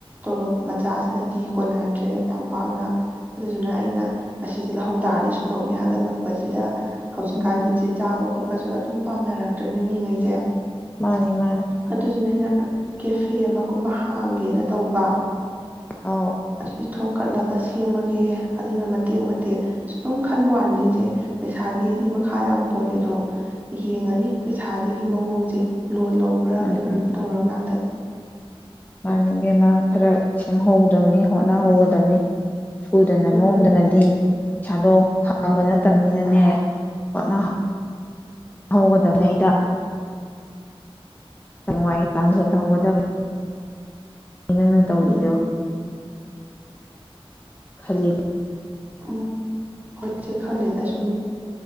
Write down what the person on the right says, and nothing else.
ꯁꯣꯔꯣꯛꯞ ꯃꯆꯥꯁꯤꯅꯗꯤ ꯀꯣꯟꯅꯗ꯭ꯔꯦ ꯌꯥꯝ ꯄꯥꯛꯅ ꯑꯗꯨꯗꯨꯅ ꯑꯩꯅ ꯑꯁꯤꯁꯦ ꯂꯧꯍꯧ ꯇꯥꯔꯗꯤ ꯁꯣꯔꯣꯛꯞ ꯃꯌꯥꯒ ꯅꯛꯄꯁꯤꯗ ꯍꯧꯖꯤꯛꯀꯥꯟꯗꯤ
ꯏꯆꯦ ꯆꯥꯕ ꯈꯣꯠꯄ ꯖꯨ ꯑꯗꯨꯝ ꯄꯥꯝꯅꯔꯛꯇ꯭ꯔꯅꯦ ꯃꯤꯉꯩꯁꯦ
ꯑꯗꯨꯗꯨꯅ ꯑꯩꯅ ꯀꯦꯐꯦ ꯑꯃꯒꯨꯝꯕ ꯍꯥꯡꯒꯦꯅ ꯇꯧꯕ ꯕꯥ
ꯑꯗꯨ ꯊꯣꯝꯀꯠꯂꯒ ꯁꯦꯝꯃꯒꯦ ꯑꯗꯨꯅ ꯃꯇꯦꯛ ꯃꯇꯦꯛ ꯁꯨꯝ ꯈꯟꯕꯋꯥꯅꯤꯗ ꯏꯁꯦ ꯄꯩꯁꯥꯒꯤꯗꯤ ꯃꯈꯥ ꯌꯥꯝ ꯄꯣꯜꯂꯦꯗꯣ ꯌꯦꯡꯉꯅꯤ ꯄꯩꯁꯥꯁꯤꯒꯤ ꯃꯑꯣꯡꯁꯦ ꯂꯣꯟ ꯂꯧꯕ꯭ꯔꯥ
ꯀꯩꯅꯣꯝ ꯇꯧꯔꯀꯥꯟꯗ
ꯎꯝ
ꯎꯝ
ꯎꯝ ꯍꯣꯏ ꯏꯁꯦ ꯈꯪꯗꯦꯗ ꯁꯨꯝ